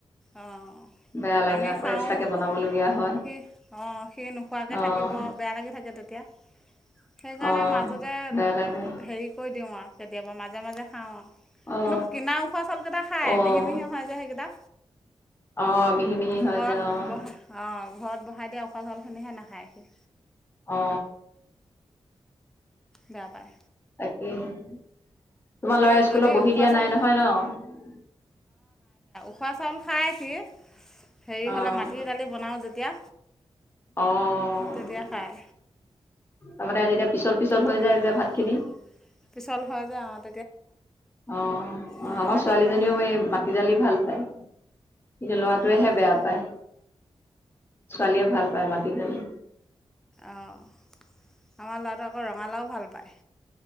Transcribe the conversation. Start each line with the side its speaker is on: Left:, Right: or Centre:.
Centre: অঁ।
Left: বেয়া লাগে
Centre: আমি
Left: আকৌ
Centre: খাওঁ
Left: এক্সট্ৰাকে বনাবলগীয়া হয়।
Centre: সি অঁ সি নোখোৱাকে
Left: অ',
Centre: থাকিব বেয়া লাগি থাকে তেতিয়া। যা সেইকাৰণে
Left: অ',
Centre: মাজতে
Left: বেয়া লাগে
Centre: হেৰি কৰি দিওঁ আউ কেতিয়াবা। মাজে মাজে খাওঁ আৰু
Left: অ',
Centre: কিন্তু কিনা ওখোৱা চাউল কেইটা খাই
Left: অ'।
Centre: মিহি মিহি হয় যে সেইকেইটা।
Left: অ', মিহি মিহি হয়
Centre: ঘৰত
Left: যে অ',
Centre: বহা অ ঘৰত বহাই। তেতি উখা জলখিনিহে নাখায়ি।
Left: অ।
Centre: বেয়া পায়।
Left: তাকাকে। তোমাৰ লৰা
Centre: এই যদি
Left: স্কুলত বহি
Centre: উখোৱা
Left: দিয়া
Centre: চাউল
Left: নাই নহয় ন।
Centre: খোৱা চাউল খায় সি, হেৰি
Left: অ',
Centre: হ'লে মাটি দালি বনাওঁ যেতিয়া।
Left: অ। অ,
Centre: তেতিয়া খায়
Left: তাৰমানে এতিয়া পিছল পিছল
Centre: তেনেকৈ
Left: হৈ যায় যে
Centre: খায়
Left: ভাত খিনি।
Centre: পিছল হয় যে অ
Left: অ অ
Centre: নহ'লে
Left: আমাৰ ছোৱালীজনীও
Centre: নাখায়
Left: এই মাটি দালি ভাল পায়। কিন্তু লৰাটোৱেহে
Centre: অঁ
Left: বেয়া পায়। ছোৱালীয়ে ভাল পায় মাতি ডালি
Centre: অঁ আমাৰ লাৰাটো আকৌ ৰঙালাও ভাল পায়।